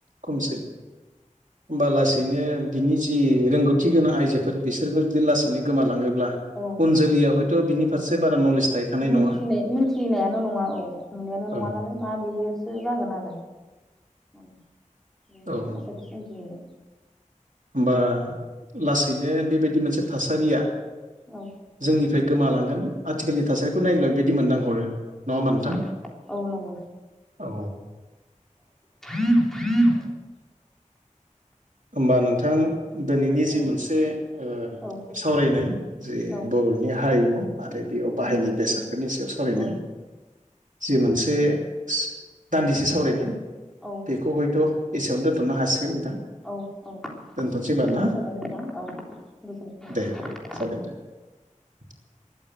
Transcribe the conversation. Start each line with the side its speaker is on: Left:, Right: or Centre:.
Right: खमसै होमबा लासेै। बिनो बिनि जि रोंगौथि गोनां आइजोफोर बिसोरबो जुदि लासैनो गोमालाङो।
Centre: औ
Right: उन जोलैया हयथ' बिनि फारसे बारा नलेज। थाहैखानाय
Centre: मोनथिनाय
Right: नङा
Centre: मोनथिनायानो नङा औ नुनायानो नङा
Right: औ
Centre: नालाय मा बेयोसो जागोन आरो। मालाय बेबायदि
Right: औ
Centre: थासारि सोमजिहैयो।
Right: होमबा लासैनो बेबायदि मोनसे थासारिया
Centre: औ
Right: जोंनिफ्राय गोमालांगोन आथिखालनि थासारिखौ नायब्ला <unintelligible> <unintelligible> नङा होमबा नोंथां
Centre: औ औ नंगौ
Right: औ।
Centre: <inaudible>
Right: होमबा नोंथां दिनैनि
Centre: औ
Right: जि मोनसे ओ
Centre: औ
Right: सावरायनाय जे
Centre: औ
Right: बर'नि <unintelligible> हारिमु आरो बेयाव बाहायनाय
Centre: औ
Right: बेसादफोरनि सायाव सावरायनाय
Centre: औ
Right: जि मोनसे। <unintelligible> दान्दिसे सावरायनाय
Centre: औ
Right: बेखौ हयथ' एसेयावनो दोनथ'नो हासिगोन नोंथां।
Centre: औ औ
Right: दोनथ'सै होनबा
Centre: गोजोननाय
Right: ना
Centre: थाबाय नोंथां, औ गोजोननाय
Right: दे
Centre: थाबाय।
Right: <unintelligible>